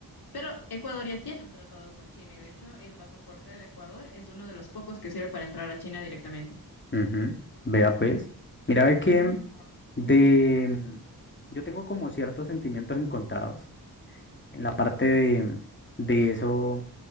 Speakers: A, on the left (about 75°); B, on the left (about 30°).
A: Pero Ecuador ya tiene un tratado con China y de hecho el pasaporte de Ecuador es uno de los pocos que sirve para entrar a China directamente.
B: ujú. Vea pues. Mira, ve que
A: Ujú.
B: de... mm, Yo tengo como ciertos sentimientos encontrados en la parte de, de eso.